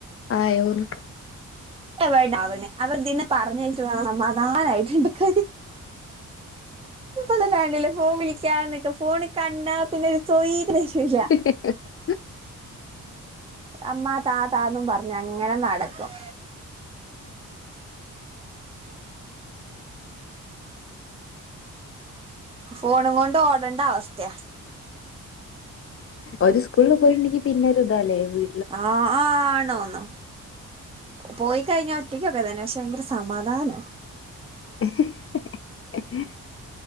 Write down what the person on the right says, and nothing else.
എവട ആവണ് അത് ഇതിനെ പറഞ്ഞയച്ച് വെണം സമാധാനായിട്ട് ഉണ്ടാക്കാൻ ഇപ്പത്തന്നെ കണ്ടില്ലേ ഫോൺ വിളിക്കാൻ നിക്കും ഫോണ് കണ്ടാ പിന്നെ ഓര് സൊയിരം തരൂല
അമ്മാ താ താന്നും പറഞ്ഞ് അങ്ങനെ നടക്കും ഫോണും കൊണ്ട് ഓടണ്ട അവസ്ഥയാ
ആഹ് ആഹ് ആണോന്നോ പോയിക്കഴിഞ്ഞ ഒറ്റക്കൊക്കെ തന്നെ പക്ഷെ ഭയങ്കര സമാധാനവാ